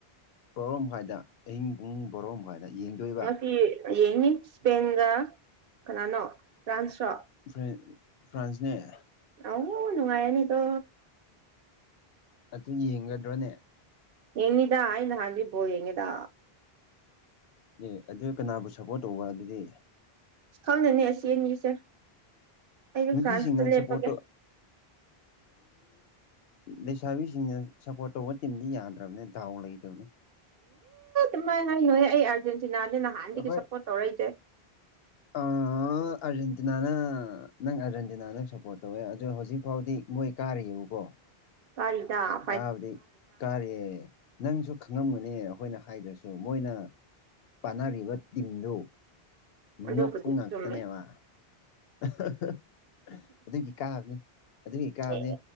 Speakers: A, on the left; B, on the right.
A: ꯕꯥꯔꯣ ꯃꯈꯥꯏꯗ ꯑꯍꯤꯡ ꯄꯨꯡ ꯕꯥꯔꯣ ꯃꯈꯥꯏꯗ ꯌꯦꯡꯗꯣꯏꯕ
B: ꯉꯁꯤ ꯌꯦꯡꯅꯤ ꯏꯁꯄꯦꯟꯒ ꯀꯅꯥꯅꯣ ꯐ꯭ꯔꯥꯟꯁꯔꯣ
A: ꯐ꯭ꯔ ꯐ꯭ꯔꯥꯟꯁꯅꯦ
B: ꯅꯨꯡꯉꯥꯏꯔꯥꯅꯤꯇꯣ
A: ꯑꯗꯨ ꯌꯦꯡꯑꯣꯏꯗꯔꯣꯅꯦ
B: ꯌꯦꯉꯤꯗ ꯑꯩ ꯉꯍꯥꯟꯗꯩ ꯕꯣꯜ ꯌꯦꯉꯤꯗ
A: ꯑꯦ ꯑꯗꯨ ꯀꯅꯥꯕꯨ ꯁꯞꯄꯣꯔꯠ ꯇꯧꯕ ꯑꯗꯨꯗꯤ
B: ꯈꯪꯗꯦꯅꯦ ꯑꯁꯤ ꯑꯅꯤꯁꯦ ꯑꯩꯗꯤ
A: ꯅꯨꯄꯤꯁꯤꯡꯅ
B: ꯐ꯭ꯔꯥꯟꯁꯇ ꯂꯦꯞꯄꯒꯦ
A: ꯁꯞꯄꯣꯔꯠ ꯇꯧ ꯂꯩꯁꯥꯕꯤꯁꯤꯡꯅ ꯁꯞꯄꯣꯔꯠ ꯇꯧꯕ ꯇꯤꯝꯗꯤ ꯌꯥꯗ꯭ꯔꯕꯅꯤ ꯗꯥꯎ ꯂꯩꯇꯕꯅꯤ
B: ꯏꯃꯥꯏ ꯉꯥꯏ ꯅꯣꯏꯍꯦ ꯑꯩ ꯑꯥꯔꯖꯦꯟꯇꯤꯅꯥꯅꯦ ꯅꯍꯥꯟꯗꯒꯤ
A: ꯑꯩꯈꯣꯏ
B: ꯁꯞꯄꯣꯔꯠ ꯇꯧꯔꯛꯏꯁꯦ <unintelligible>
A: ꯑꯥ ꯑꯥꯔꯖꯦꯟꯇꯤꯅꯥꯅ ꯅꯪ ꯑꯥꯔꯖꯦꯟꯇꯤꯅꯥ ꯅꯪ ꯁꯞꯄꯣꯔꯠ ꯇꯧꯋꯦ ꯑꯗꯣ ꯍꯧꯖꯤꯛꯐꯥꯎꯗꯤ ꯃꯣꯏ ꯀꯥꯔꯤꯕꯀꯣ
B: ꯀꯔꯤꯗ
A: ꯀꯥꯕꯗꯤ ꯀꯥꯔꯤꯌꯦ ꯅꯪꯁꯨ ꯈꯪꯉꯝꯒꯅꯤ ꯑꯩꯈꯣꯏꯅ ꯍꯥꯏꯗ꯭ꯔꯁꯨ ꯃꯣꯏꯅ ꯄꯥꯟꯅꯔꯤꯕ ꯇꯤꯝꯗꯨ
B: ꯑꯗꯨꯕꯨꯗꯤ
A: ꯅꯣꯄꯄꯥ ꯉꯥꯛꯇꯅꯦꯕ
B: ꯆꯨꯝꯃꯦ
A: <unintelligible> ꯑꯗꯨꯒꯤ ꯀꯥꯕꯅꯤ ꯑꯗꯨꯒꯤ ꯀꯥꯕꯅꯤ
B: ꯑꯦ